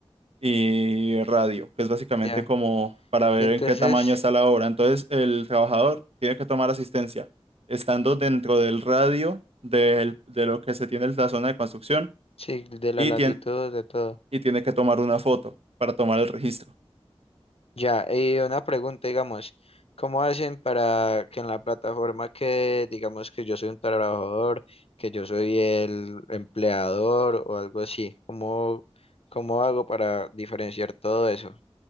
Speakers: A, on the right; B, on the left.
A: y radio, que es básicamente
B: ya.
A: como para ver
B: Y entonces,
A: en qué tamaño está la obra. Entonces, el trabajador tiene que tomar asistencia estando dentro del radio del- de lo que se tiene en la zona de construcción.
B: sí, de la
A: Y
B: latitud,
A: tien-
B: de todo.
A: y tiene que tomar una foto para tomar el registro.
B: Ya, y una pregunta, digamos, ¿cómo hacen para que en la plataforma que, digamos, que yo soy un trabajador, que yo soy el empleador o algo así? ¿Cómo, cómo hago para diferenciar todo eso?